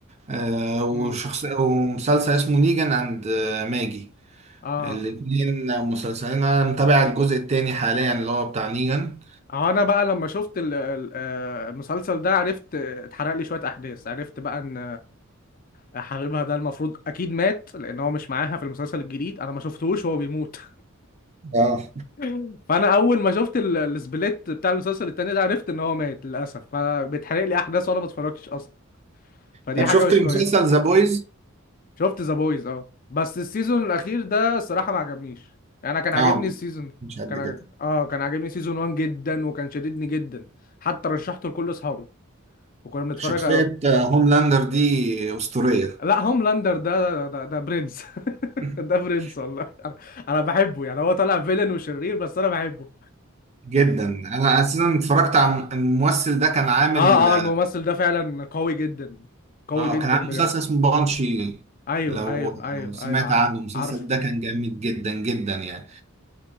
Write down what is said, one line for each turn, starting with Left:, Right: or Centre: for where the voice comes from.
Right: آه، وشخصية
Left: امم
Right: ومسلسل اسمه نيجان اند آه، ماجي
Left: اه
Right: الاتنين مسلسلين انا متابع الجزء التاني حاليا اللي هو بتاع نيجان
Left: آه، انا بقى لما شفت ال- ال- آه، المسلسل ده عرفت آه، اتحرق لي شويه احداث عرفت بقى ان حبيبها ده المفروض اكيد مات لان هو مش معاها في المسلسل الجديد انا ما شفتهوش وهو بيموت
Right: اه
Left: <laughs> فانا اول ما شفت ال- السبليت بتاع المسلسل التاني ده عرفت ان هو مات للاسف فبيتحرق لي احداث وانا ما اتفرجتش اصلا فدي
Right: طب
Left: حاجه
Right: شفت
Left: مش
Right: مسلسل
Left: كويسه
Right: ذا بويز؟
Left: شفت ذا بويز اه بس السيزون الاخير ده الصراحه ما عجبنيش يعني انا كان عاجبني
Right: اه
Left: السيزون
Right: مش قد
Left: كان ع-
Right: كده
Left: اه كان عاجبني سيزون 1 جدا وكان شددني جدا حتى رشحته لكل اصحابي وكنا بنتفرج
Right: شخصية آه، هوملاندر دي أسطورية
Left: لا هوملاندر ده ده, ده, ده برنس <laughs>
Right: <laughs>
Left: ده برنس والله انا أنا بحبه يعني هو طالع فيلن وشرير بس انا بحبه
Right: جدا انا اساسا اتفرجت على الممثل ده كان عامل
Left: اه اه الممثل ده فعلا قوي جدا قوي
Right: اه
Left: جدا
Right: كان عامل
Left: بجد
Right: مسلسل اسمه بانشي
Left: ايوه
Right: لو
Left: ايوه ايوه
Right: لو سمعت
Left: ايوه عارفه
Right: عنه المسلسل
Left: عارفه
Right: ده كان جامد جدا جدا يعني